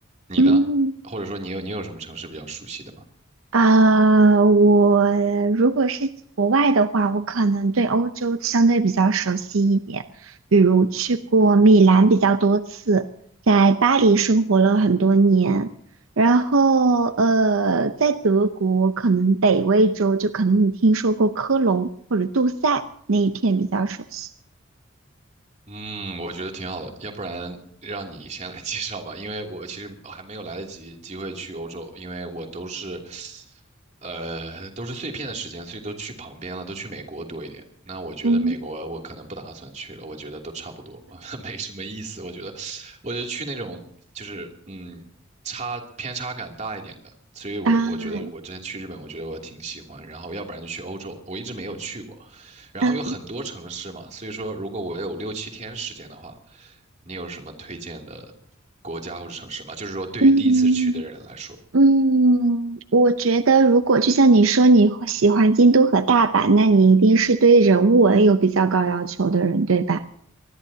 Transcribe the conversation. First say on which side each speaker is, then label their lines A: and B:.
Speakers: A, on the right; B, on the right.
A: 你呢？
B: 嗯，
A: 或者说你有你有什么城市比较熟悉的吗？
B: 呃，我如果是国外的话，我可能对欧洲相对比较熟悉一点，比如去过米兰比较多次，在巴黎生活了很多年，然后呃，在德国可能北威州就可能你听说过科隆或者杜塞那一片比较熟悉。
A: 嗯，我觉得挺好的，要不然让你先来 <laughs> 介绍吧，因为我其实还没有来得及机会去欧洲，因为我都是，呃，都是碎片的时间，所以都去旁边了，都去美国多一点。那我觉得美国我可能不打算去了，
B: 嗯
A: 我觉得都差不多，<laughs> 没什么意思。我觉得，我觉得去那种就是嗯，差偏差感大一点的，所以我我觉得我之前去日本，
B: 啊，
A: 我觉得我挺喜欢，然后要不然就去欧洲，我一直没有去过。然后有很多城市嘛，
B: 嗯
A: 所以说如果我有六七天时间的话，你有什么推荐的国家或者城市吗？就是说对于第一次去的人来说，
B: 嗯。嗯，我觉得如果就像你说你会喜欢京都和大阪，那你一定是对人文有比较高要求的人，对吧？